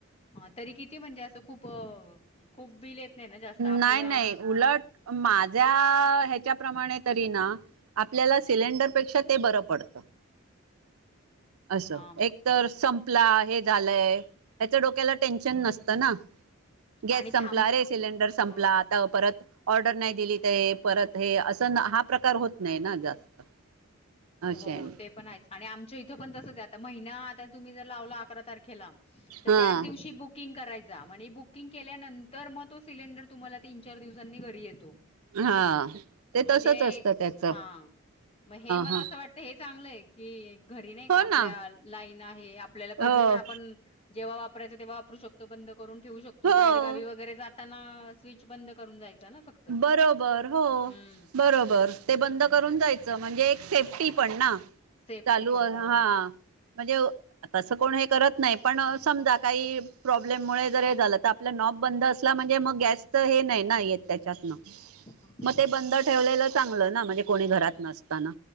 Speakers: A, on the left; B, on the right.
A: ह तरी किती म्हणजे असं? खूप खूप बिल येत नाही ना जास्त आपल्या
B: नाही नाही, उलट माझ्या ह्याच्याप्रमाणे तरी ना आपल्याला सिलेंडरपेक्षा ते बरं पडतं. असं
A: हा
B: एक तर सं पला हे झालाय, त्याच्या डोक्याला टेनशन नसत ना गॅस
A: आणि
B: संपला
A: थांब
B: रे? सिलेंडर संपला
A: हो
B: आता परत ऑर्डर नाही दिलीत आहे, परत हे असं हा प्रकार होत नाही ना जास्त. <inaudible>
A: हो
B: आहे
A: ते पण आहेच आणि आमच्या इथ तो पणं तसच हाय आता, महिना आला तुम्ही जर लावला अकरा तारखेला, तर
B: हा
A: त्या दिवशी बुक बुकिंग करायचा म्हनी, बुकिंग केल्यानंतर मग तो सिलेंडर तुम्हाला तीन चार दिवसांनी घरी येतो.
B: हा ते
A: म्हणजे
B: तसच असतं त्याच
A: हा मग हे मला
B: हा
A: अस वाटत हे चांगलंय, की घरी नाही का
B: हो
A: आपल्या
B: ना
A: लाईन आहे, आपल्याला कधी
B: हो
A: पण आपण जेव्हा वापरायचं तेवा वापरू शकतो बंद करून ठेऊ शकतो,
B: हो
A: बाहेर गावी वगैर जात त्यांना स्विच बंद करून जायचं ना फक्त.
B: बरोबर हो.
A: हम्म
B: बरोबर. ते बंद करून जायचं म्हणजे एक सेफ्टी पण ना,
A: सेफ्टी
B: चालू
A: पण
B: हा.
A: हो
B: म्हणजे असं कोण हे करत नाही, पण समजा काही प्रॉब्लेममुळे जर हे झालं, तर आपला नॉब बंद असला म्हणजे मग गॅस च हे नाही ना येत त्याच्यात न,
A: बरोबर
B: मग ते बंद ठेवलेलं चांगलं ना म्हणजे कोणी घरात नसताना.